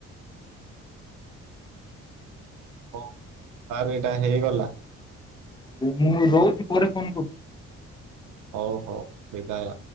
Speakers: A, on the right; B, on the left.
A: ଓ ତାର ଏଇଟା ହେଇଗଲା।
B: ହଉ ମୁଁ ରହୁଛି ପରେ ଫୋନ କରୁଚି।
A: ହଉ ହଉ ବିଦାୟ।